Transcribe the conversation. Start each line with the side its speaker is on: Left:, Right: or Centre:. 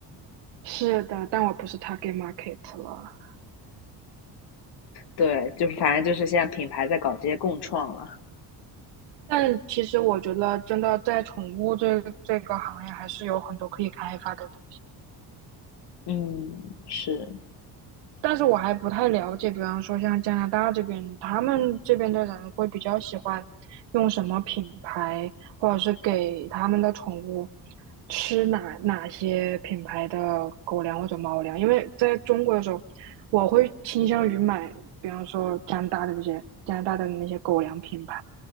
Right: 是的，但我不是 target market 了。
Left: 对，就是反正就是现在品牌在搞这些共创了。
Right: 但其实我觉得，真的在宠物这这个行业，还是有很多可以开发的东
Left: 嗯，是。
Right: 但是我还不太了解，比方说像加拿大这边，他们这边的人会比较喜欢用什么品牌，或者是给他们的宠物吃哪哪些品牌的狗粮或者猫粮。因为在中国的时候，我会倾向于买，比方说加拿大的这些加拿大的那些狗粮品牌，